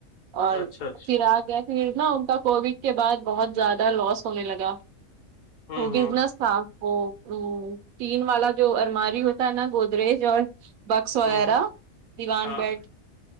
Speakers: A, on the right; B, on the left.
A: اور
B: اچھا اچھا
A: پھر اگیا پھرنا ان کا کووڈ کے بعد بہت زیادہ لاس ہونے لگا
B: ہوں
A: وہ
B: ہوں
A: بزنس تھا اور تین والا جو ارماری ہوتا ہے نا گودریج اور بکس وغیرہ
B: ہوں ہوں
A: دیوان
B: ہاں
A: پیٹ